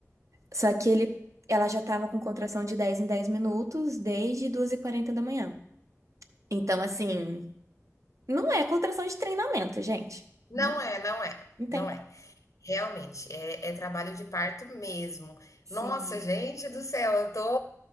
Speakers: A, on the right (about 70°); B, on the left (about 75°).
A: Só que ele, ela já estava com contração de 10 em 10 minutos desde duas e quarenta da manhã. Então, assim, não é contração de treinamento, gente.
B: Não
A: Não,
B: é, não é,
A: não tem
B: não
A: como.
B: é. Realmente, é, é trabalho de parto mesmo.
A: Sim.
B: Nossa, gente do céu, eu tô,